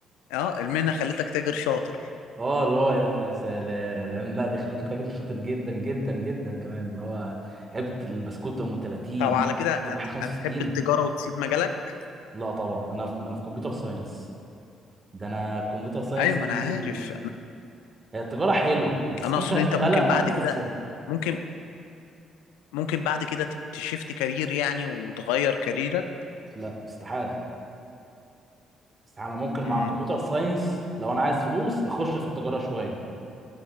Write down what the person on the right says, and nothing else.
اه اللي هو يا سلام لا دي خلتني تاجر شاطر جدا جدا جدا كمان اللي هو علبه البسكوت ام 30
ربح
65
لا طبعا انا في انا في كمبيوتر ساينس ده انا الكمبيوتر ساينس
دي
هي التجاره حلوه بس
ممكن
اشتغلها
مع
كمبيوتر
ساينس
لا استحاله استحاله ممكن مع
الكمبيوتر ساينس لو انا عايز فلوس اخش في التجاره شويه